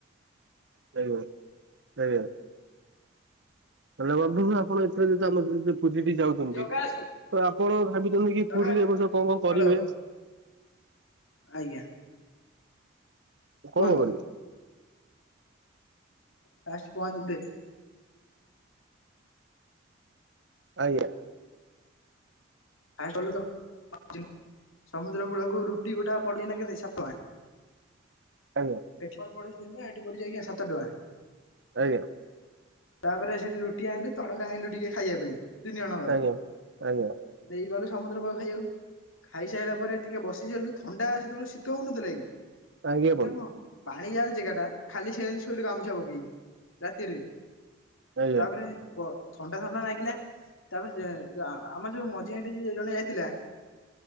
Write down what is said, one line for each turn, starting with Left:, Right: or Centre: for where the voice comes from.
Right: ସେଇବ ଆଜ୍ଞା। ହେଲେ ବନ୍ଧୁ ଆପଣ ଏଥରେ ଯଦି ଆମ <unintelligible> ପୁରୀଟି ଯାଉଛନ୍ତି
Left: ଜଗା
Right: ତ
Left: ଆସୁ
Right: ଆପଣ ଭାବିଛନ୍ତି କି
Left: ଜଗା
Right: ପୁରୀରେ
Left: ଆସୁ।
Right: ଏ ବଷ କଣ କଣ
Left: ହ୍ୟାଲୋ
Right: କରିବେ?
Left: ଆଜ୍ଞା। କୁହନ୍ତୁ
Right: କଣ କରିବି?
Left: ଫାଷ୍ଟ ପହଞ୍ଚିବେ।
Right: ଆଜ୍ଞା।
Left: ଫାଷ୍ଟ ଗଲେ ତ <unintelligible> ସମୁଦ୍ର କୂଳକୁ ରୁଟି ଗୋଠା ପଡୁଛି ନା କେତେ ସାତାଁ।
Right: ଆଜ୍ଞା।
Left: ପେପର ପଡିଚି ତିନି ଟଙ୍କା ହେଟି ପଡିଛି ଯାଇକି ସାତ ଟଙ୍କା।
Right: ଆଜ୍ଞା।
Left: ତାପରେ ସେଠି ରୁଟି ଆଣିଲୁ ତଡ଼କା ଆଣିଲୁ ଟିକେ ଖାଇବା ପାଇଁ। ତିନି ଜଣଙ୍କର।
Right: ଆଜ୍ଞା ଆଜ୍ଞା।
Left: ନେଇ ଗଲୁ ସମୁଦ୍ର କୂଳ ଖାଇବାକୁ ଖାଇସାରିଲା ପରେ ଟିକେ ବସି ସାରିଲୁ ଥଣ୍ଡା ସେତେବେଳେ ଶୀତ ହଉନଥିଲା କି
Right: ଆଜ୍ଞା
Left: ଶୀତ
Right: ବନ୍ଧୁ
Left: କଣ ପାଣି ଜାଲି ଯୋଟା ଖାଲି ସେ ଶୋଇଲୁ ଗାମୁଛା ପକେଇକି ରାତିରେ।
Right: ଆଜ୍ଞା
Left: ତାପରେ ପ ଥଣ୍ଡା ଥଣ୍ଡା ଲାଗିଲା ତାପରେ ଯେ ଯା ଆମର ଯୋଉ <unintelligible> ଜଣେ ଯାଇଥିଲା